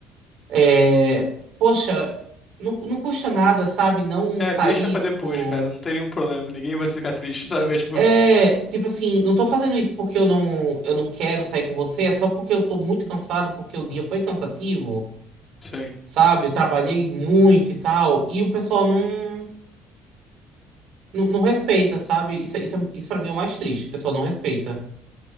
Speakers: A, on the right; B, on the left.
A: é, poxa, não, não custa nada, sabe? Não
B: É,
A: sair,
B: deixa pra depois,
A: tipo.
B: cara, não tem nenhum problema, ninguém vai ficar triste, sabe? É, tipo,
A: É, tipo assim, não tô fazendo isso porque eu não, eu não quero sair com você, é só porque eu tô muito cansado, porque o dia foi cansativo,
B: sim.
A: sabe? Eu trabalhei muito e tal, e o pessoal não, não, não respeita, sabe? Isso, isso, é- isso pra mim é o mais triste, o pessoal não respeita.